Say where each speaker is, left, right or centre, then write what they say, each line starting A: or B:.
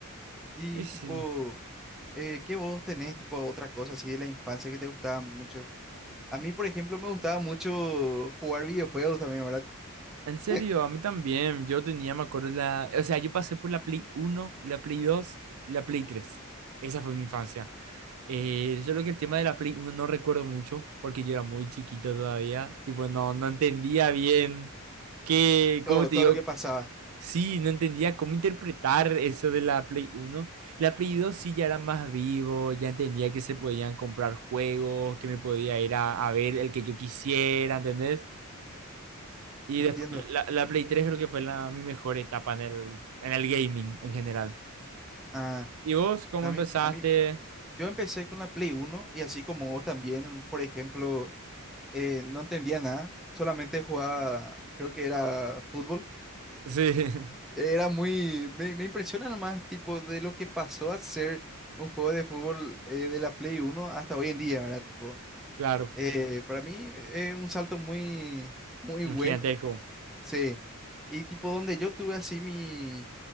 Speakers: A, in the centre; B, on the right.
A: Y
B: Y sí.
A: tipo, eh, ¿qué vos tenés, tipo, otra cosa así de la infancia que te gustaba mucho? A mí, por ejemplo, me gustaba mucho jugar videojuegos también, ¿verdad?
B: En serio,
A: <laughs>
B: a mí también. Yo tenía, me acuerdo, la... O sea, yo pasé por la Play 1, la Play 2, la Play 3. Esa fue mi infancia. Eh, solo que el tema de la Play 1 no recuerdo mucho, porque yo era muy chiquito todavía. Tipo, no, no entendía bien qué,
A: Todo,
B: ¿cómo te
A: todo
B: digo?
A: lo que pasaba,
B: Sí, no entendía cómo interpretar eso de la Play 1. La Play 2 sí ya era más vivo, ya entendía que se podían comprar juegos, que me podía ir a, a ver el que yo quisiera, ¿entendés? Y
A: entiendo.
B: después, la, la Play 3 creo que fue la, mi mejor etapa en el, en el gaming en general.
A: Ah,
B: ¿Y vos cómo
A: a
B: empezaste?
A: mí, a mí, yo empecé con la Play uno y así como vos también, por ejemplo, eh, no entendía nada, solamente jugaba, creo que era fútbol.
B: Sí, <laughs>
A: Era muy, me, me impresiona más tipo de lo que pasó a ser un juego de fútbol eh, de la Play uno hasta hoy en día, ¿verdad? Tipo,
B: claro,
A: eh, para mí es un salto muy, muy bueno,
B: un gigantesco.
A: sí. Y tipo donde yo tuve así mi,